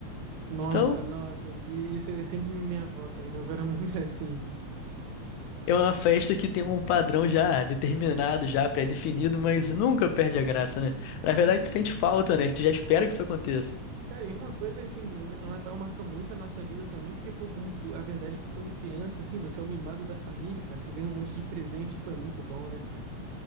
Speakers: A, on the right (about 75°); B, on the left (about 85°).
A: Nossa,
B: Então
A: nossa, isso é sempre minha avó, cara. Minha avó era <laughs> muito assim.
B: É uma festa que tem um padrão já determinado, já pré-definido, mas nunca perde a graça, né? Na verdade,
A: e um
B: tu sente falta, né? Tu já espera que isso aconteça.
A: Cara, e uma coisa assim, o Na- o Natal marca muito a nossa vida também, porque, pô, como cu- a verdade é que quando criança, assim, você é o mimado da família, cara, você ganha um monte de presente, pô, é muito bom, né, cara?